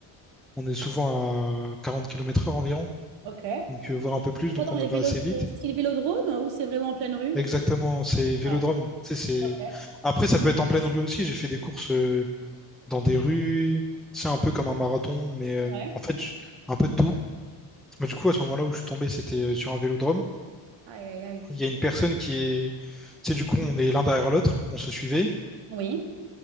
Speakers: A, in the centre; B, on the right.
A: on est souvent à 40 km heure environ,
B: ok.
A: donc euh, voire un peu plus, donc
B: Pas dans
A: on
B: les
A: va
B: vélos,
A: assez vite.
B: c'est style vélodrome ou c'est vraiment en pleine rue?
A: Exactement, c'est vélodrome.
B: Ouais,
A: Tu sais, c'est...
B: ok,
A: Après, ça peut être en pleine rue aussi. J'ai fait des courses euh, dans des rues. C'est un peu comme un marathon, mais euh,
B: ouais.
A: en fait, je- un peu de tout. Mais du coup, à ce moment-là où je suis tombé, c'était euh, sur un vélodrome.
B: Aïe, aïe, aïe.
A: Il y a une personne qui est... Tu sais, du coup, on est l'un derrière l'autre, on se suivait.
B: Oui,